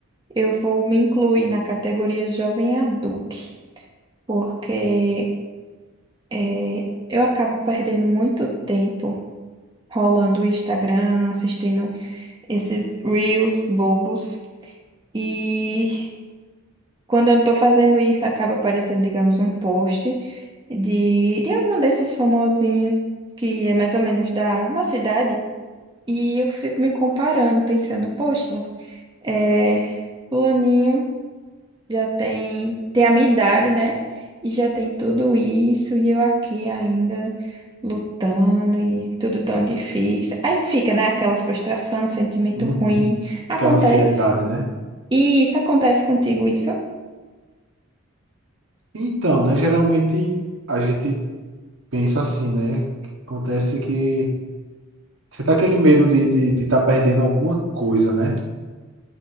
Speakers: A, on the right; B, on the right.
A: Eu vou me incluir na categoria jovem adultos, porque é, eu acabo perdendo muito tempo rolando o Instagram, assistindo esses reels bobos. E quando eu não tô fazendo isso, acaba aparecendo, digamos, um post de, de algum desses famosinhos que é mais ou menos da, na cidade. E eu fico me comparando, pensando, poxa, é, fulaninho já tem, tem a minha idade, né? E já tem tudo isso, e eu aqui ainda lutando, e tudo tão difícil. Aí fica, né, aquela frustração, sentimento
B: Uhum.
A: ruim. Acontece.
B: Aquela ansiedade, né?
A: E isso acontece contigo, isso?
B: Então, né? Geralmente a gente pensa assim, né? Acontece que você tá aquele medo de estar de, de tá perdendo alguma coisa, né?